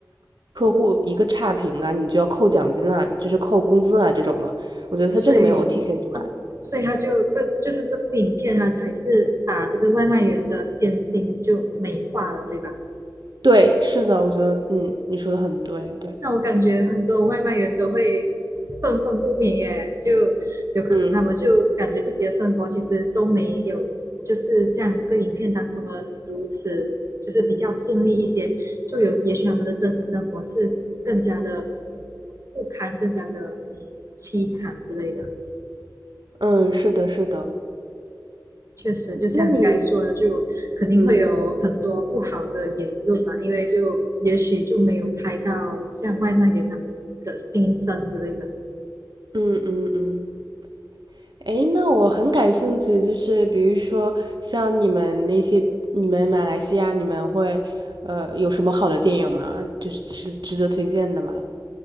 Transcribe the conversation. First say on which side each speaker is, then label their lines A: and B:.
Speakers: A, on the right (about 75°); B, on the right (about 45°).
A: 客户一个差评啊，你就要扣奖金啊，就是扣工资啊这种的，我觉得他这个没有体现出来。
B: 所以，嗯，所以他就这就是这部影片，他还是把这个外卖员的艰辛就美化了，对吧？
A: 对，是的，我觉得嗯，你说的很对，对，
B: 那我感觉很多外卖员都会愤愤不平耶，就有可能他们就感觉自己的生活其实都没有，
A: 嗯
B: 就是像这个影片当中的如此，就是比较顺利一些，就有也许他们的真实生活是更加的不堪，更加的凄惨之类的。
A: 嗯，是的，是的。
B: 确实，就像你刚才说的，
A: 那你，
B: 就肯定会有很多不好的言论嘛，
A: 嗯
B: 因为就也许就没有拍到像外卖员他们的心声之类的。
A: 嗯嗯嗯，诶，那我很感兴趣，就是比如说像你们那些，你们马来西亚，你们会呃有什么好的电影吗？就是值值得推荐的吗？